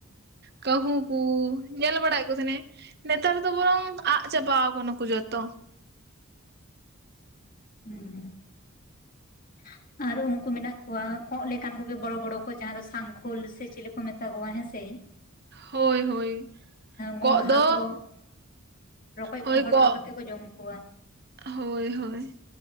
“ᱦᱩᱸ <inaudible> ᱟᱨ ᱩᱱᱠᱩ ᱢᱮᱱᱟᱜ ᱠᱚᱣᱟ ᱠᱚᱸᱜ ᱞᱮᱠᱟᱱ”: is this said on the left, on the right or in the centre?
Left